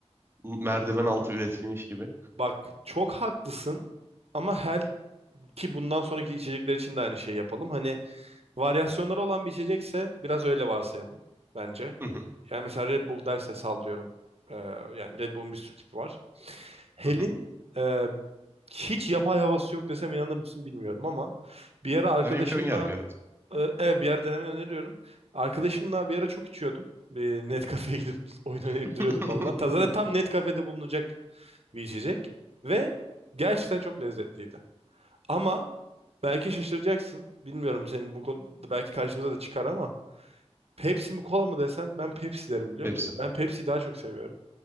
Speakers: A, on the right; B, on the right.
A: Merdiven altı üretilmiş gibi.
B: Bak çok haklısın ama her ki bundan sonraki içecekler için de aynı şeyi yapalım. Hani varyasyonları olan bir içecekse biraz öyle varsayalım bence.
A: Hı hı.
B: Yani mesela Red Bull derse sallıyorum. Ee, yani Red Bull'un bir sürü tipi var. Hel'in
A: Hı hı.
B: e, hiç yapay havası yok desem inanır mısın bilmiyorum ama bir ara arkadaşımla
A: Ya benimki ön yargı evet.
B: Ee, Evet bir yer denemeni öneriyorum. Arkadaşımla bir ara çok içiyordum. Bir net kafeye gidip <laughs> oyun oynayıp
A: <laughs>
B: duruyorduk onunla. Ta- Zaten tam net kafede bulunacak bir içecek. Ve gerçekten çok lezzetliydi. Ama belki şaşıracaksın. Bilmiyorum senin bu konuda belki karşımıza da çıkar ama Pepsi mi kola mı desen ben Pepsi derim biliyor
A: Pepsi.
B: musun? Ben Pepsi'yi daha çok seviyorum.